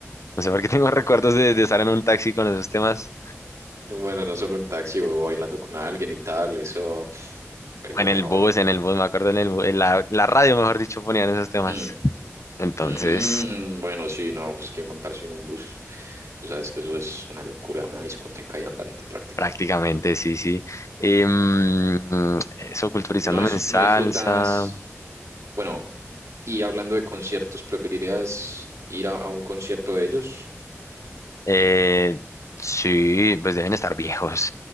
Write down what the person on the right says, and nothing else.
bueno, no solo en taxi o bailando con alguien y tal, eso pf, es
lo
mejor.
Mm,
mm, mm, bueno, sí, no, pues que montarse en un bus, tú sabes que eso es una locura, una discoteca y andante prácticamente.
Y no, es,
no disfrutas, bueno, y hablando de conciertos, ¿preferirías ir a, a un concierto de ellos?